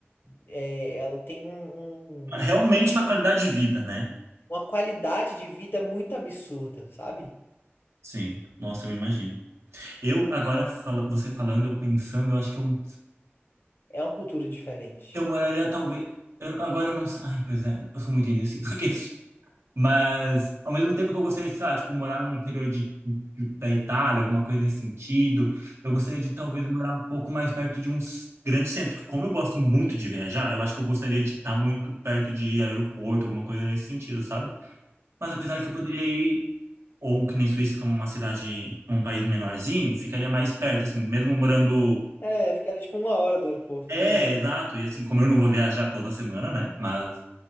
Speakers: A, on the left; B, on the right.
A: é, ela tem um, um-
B: Realmente uma qualidade de vida, né?
A: uma qualidade de vida muito absurda, sabe?
B: Sim. Nossa, eu imagino. Eu, agora, fala- você falando, eu pensando, eu acho que eu,
A: É uma cultura diferente.
B: eu moraria talvez. eu- agora eu não sei. Ai, pois é, eu sou muito indeciso. <laughs> Mas, ao mesmo tempo que eu gostaria de, sei lá, tipo, morar no interior de, de- da Itália, alguma coisa nesse sentido, eu gostaria de talvez morar um pouco mais perto de um s- grande centro, que como eu gosto muito de viajar, eu acho que eu gostaria de estar muito perto de aeroporto, alguma coisa nesse sentido, sabe? Mas apesar
A: Sim.
B: que eu poderia ir, ou que nem Suíça, como uma cidade, um país menorzinho, ficaria mais perto, assim, mesmo morando...
A: É, ficaria tipo uma hora do aeroporto,
B: É,
A: duas.
B: exato, e assim, como eu não vou viajar toda semana, né? Mas,